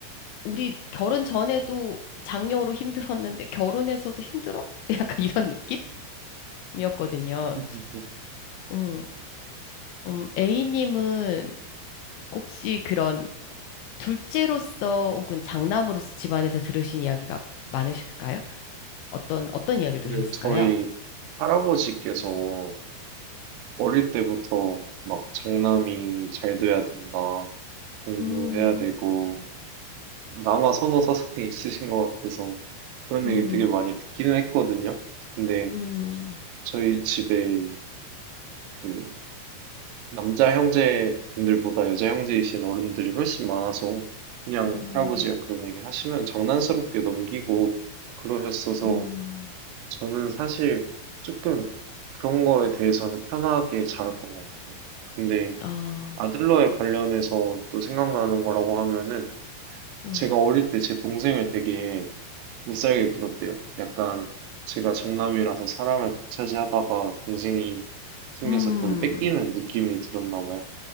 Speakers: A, on the left (about 80°); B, on the right (about 85°).
A: 우리 결혼 전에도 장녀로 힘들었는데 결혼해서도 힘들어? <laughs> 약간 이런 느낌이었거든요.
B: <laughs>
A: 음, 음, A님은 혹시 그런 둘째로서 혹은 장남으로서 집안에서 들으신 이야기가 많으실까요? 어떤 어떤 이야기를 들으셨을까요?
B: 근데 저희 할아버지께서 어릴 때부터 막 장남이 잘 돼야 된다, 공부해야
A: 음,
B: 되고, 남아 선호 사상이 있으신 것 같아서 그런
A: 음,
B: 얘기 되게 많이 듣기는 했거든요. 근데
A: 음,
B: 저희 집에 그 남자 형제분들보다 여자 형제이신 어른들이 훨씬 많아서 그냥
A: 음,
B: 할아버지가 그런 얘기 하시면 장난스럽게 넘기고 그러셨어서
A: 음,
B: 저는 사실 조금 그런 거에 대해서는 편하게 자랐던 것 같아요. 근데
A: 아,
B: 아들러에 관련해서 또 생각나는 거라고 하면은
A: 음,
B: 제가 어릴 때 제 동생을 되게 못살게 굴었대요. 약간 제가 장남이라서 사랑을 독차지하다가 동생이 생겨서
A: 음,
B: 그걸 뺏기는 느낌이 들었나 봐요.